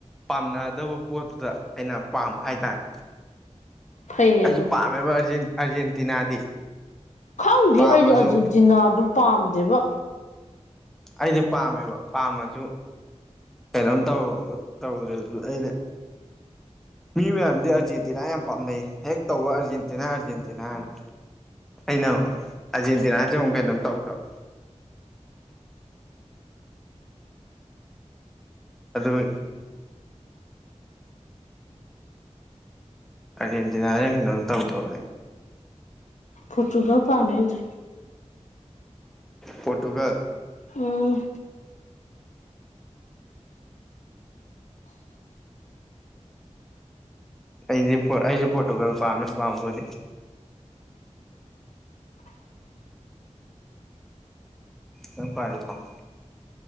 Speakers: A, in the centre; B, on the left.
A: ꯄꯥꯝꯅꯗꯕ ꯄꯣꯠꯇꯨꯗ ꯑꯩꯅ ꯄꯥꯝꯕ ꯍꯥꯏꯇꯥꯔꯦ
B: ꯐꯩꯌꯦ
A: ꯑꯩꯁꯨ
B: ꯑꯗꯨ
A: ꯄꯥꯝꯃꯦꯕ ꯑꯥꯔꯖꯦꯟꯇꯤꯅꯥꯗꯤ
B: ꯈꯪꯗꯦ
A: ꯄꯥꯝꯃꯁꯨ
B: ꯑꯩꯗꯤ ꯑꯔꯖꯦꯟꯇꯤꯅꯥꯗꯨ ꯄꯥꯝꯗꯦꯕ
A: ꯑꯩꯗꯤ ꯄꯥꯝꯃꯦꯕ ꯄꯥꯝꯃꯁꯨ ꯀꯩꯅꯣꯝ ꯇꯧꯗ꯭ꯔꯦꯁꯨ ꯑꯩꯅ ꯃꯤ ꯃꯌꯥꯝꯗꯤ ꯑꯥꯔꯖꯦꯟꯇꯤꯅꯥ ꯌꯥꯝ ꯄꯥꯝꯅꯩꯌꯦ ꯍꯦꯛ ꯇꯧꯋ ꯑꯥꯔꯖꯦꯟꯇꯤꯅꯥ ꯑꯥꯔꯖꯦꯟꯇꯤꯅꯥ ꯍꯅ ꯑꯩꯅ ꯑꯥꯔꯖꯦꯟꯇꯤꯅꯥꯁ ꯑꯃꯨꯛ ꯀꯩꯅꯣꯝ ꯇꯧꯗꯕ ꯑꯗꯨ ꯑꯔꯖꯦꯟꯇꯤꯅꯥꯅꯦ ꯀꯩꯅꯣꯝ ꯇꯧꯗꯕ
B: ꯐꯆꯨꯒ ꯄꯥꯅꯦꯖꯤ
A: ꯄꯣꯔꯇꯨꯒꯜ
B: ꯎꯝ
A: ꯑꯩꯗꯤ ꯑꯩꯁꯨ ꯄꯣꯔꯇꯨꯒꯜ ꯄꯥꯝꯃꯦ ꯄꯥꯝꯕꯕꯨꯗꯤ
B: <inaudible>
A: ꯅꯪ ꯄꯥꯏꯌꯨꯀꫭ